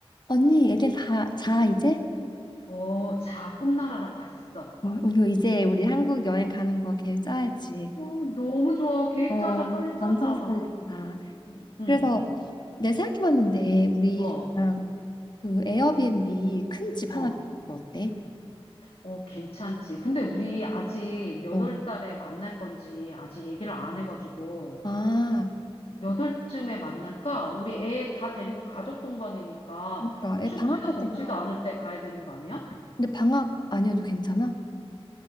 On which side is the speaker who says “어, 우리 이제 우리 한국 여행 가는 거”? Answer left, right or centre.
Left